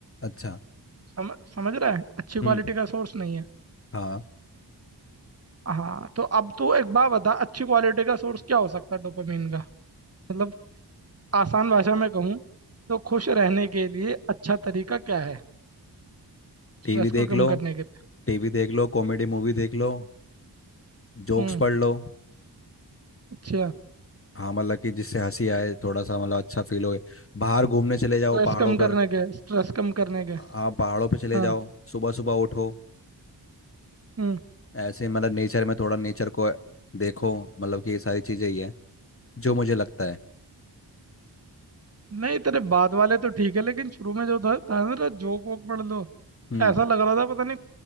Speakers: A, on the left (about 30°); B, on the right (about 35°).
A: अच्छा
B: समझ समझ रहा है अच्छी क्वालिटी
A: हम्म
B: का सोर्स नहीं है
A: हाँ
B: हाँ तो अब तू एक बात बता अच्छी क्वालिटी का सोर्स क्या हो सकता है डोपामिन का मतलब आसान भाषा में कहूँ तो खुश रहने के लिए अच्छा तरीका क्या है स्ट्रेस
A: टीवी देख
B: को कम
A: लो
B: करने के लिए
A: टीवी देख लो कॉमेडी मूवी देख लो जोक्स
B: हम्म
A: पढ़ लो
B: अच्छा
A: हाँ मतलब कि जिससे हंसी आए थोड़ा सा मतलब अच्छा फील हो बाहर घूमने चले
B: स्ट्रेस
A: जाओ पहाड़ों
B: कम
A: पर
B: करने के स्ट्रेस कम करने के
A: हाँ पहाड़ों पे चले
B: हाँ
A: जाओ सुबह सुबह उठो
B: हम्म
A: ऐसे मतलब नेचर में थोड़ा नेचर को देखो मतलब कि ये सारी चीज़ें ही है जो मुझे लगता है
B: नहीं तेरे बाद वाले तो ठीक है लेकिन शुरू में जो था था ना तेरा जोक वोक पढ़ लो
A: हम्म
B: ऐसा लग रहा था पता नहीं